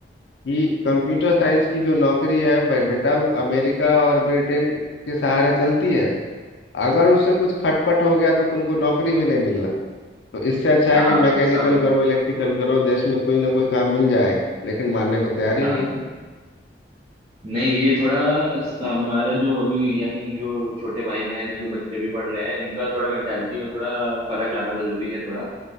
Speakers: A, on the left (about 80°); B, on the right (about 30°).
A: कि कंप्यूटर साइंस की जो नौकरी है बे- बेटा वो अमेरिका और ब्रिटेन के सहारे चलती है अगर उससे कुछ खटपट हो गया तो तुमको नौकरी भी नहीं मिलना तो इससे अच्छा
B: हाँ
A: है कि मैकेनिकल
B: सब
A: करो इलेक्ट्रिकल करो देश में कोई ना कोई काम मिल जाएगा लेकिन मानने को तैयार ही
B: हाँ
A: नहीं
B: नहीं ये थोड़ा हमारा जो अभी यंग जो छोटे भाई बहन है जो बच्चे भी पढ़ रहे हैं इनका थोड़ा मेंटालिटी में थोड़ा फर्क लाना जरूरी है थोड़ा